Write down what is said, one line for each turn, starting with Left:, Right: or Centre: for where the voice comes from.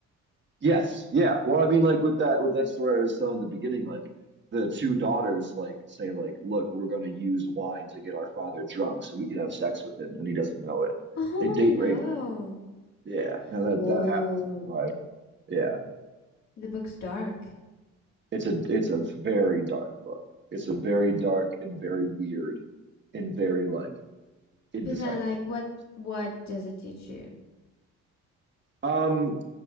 Right: Yes, yeah. Well, I mean, like with that with that story I was telling in the beginning, like the two daughters like say like, look, we're going to use wine to get our father drunk so we can have sex with him, and he doesn't know it.
Left: Oh
Right: They date
Left: no!
Right: rape him. Yeah. Now that
Left: Whoa,
Right: that happens in the Bible. Yeah.
Left: the book's dark.
Right: It's a it's a very dark book. It's a very dark and very weird and very like indecipherable
Left: But then, like, what
Right: text.
Left: what does it teach you?
Right: Um,